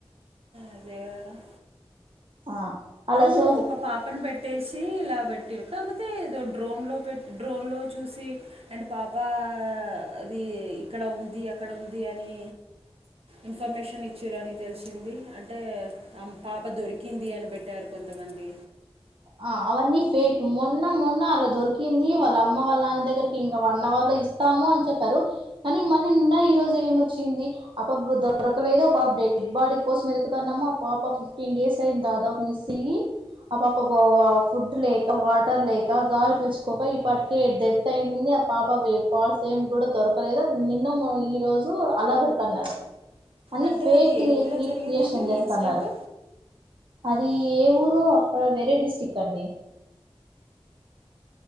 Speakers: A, on the right (about 75°); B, on the right (about 55°).
A: అదే కదా
B: ఆ అలా
A: నువ్వు
B: సో
A: ఒక పాపను పెట్టేసి ఇలా పెట్ కాకపోతే ఏదో డ్రోన్లో పెట్ డ్రోన్లో చూసి అండ్ పాప ఇది ఇక్కడ ఉంది, అక్కడ ఉంది అని ఇన్ఫర్మేషన్ ఇచ్చిరని తెలిసింది, అంటే ఆ పాప దొరికింది అని పెట్టారు, కొంతమంది
B: ఆ అవన్నీ ఫేక్ మొన్న మొన్న అలా దొరికింది, వాళ్ళ అమ్మ వాళ్ళ నాన్న దగ్గరికి ఇంగా వన్ అవర్ లో ఇస్తాము అని చెప్పారు, కానీ మళ్ళి నిన్న ఈ రోజు ఏమొచ్చింది అపాప దొరకలేదు, ఆ పాప డెడ్ బాడి కోసం ఎతుకుతానము, ఆ పాప ఫిఫటీన్ డేస్ అయింది, దాదాపు మిస్ అయి పాప ఫుడ్ లేక వాటర్ లేక గాలి పిలుచుకోక ఇప్పటికే డెత్ అయింటుంది ఆ పాప వ పార్స్ ఏం గూడా దొరకలేదు నిన్న ఈ రోజు అలా పెడతున్నారు అని
A: అంటే
B: ఫేక్
A: అది ఏ
B: న్యూస్
A: ఊర్లో
B: ఫేక్
A: జరిగిందండి
B: న్యూస్ అని చేస్తన్నారు
A: ఇన్సిడెంట్
B: అది ఏ ఊరో అక్కడ వేరే డిస్టి్రిక్ అండి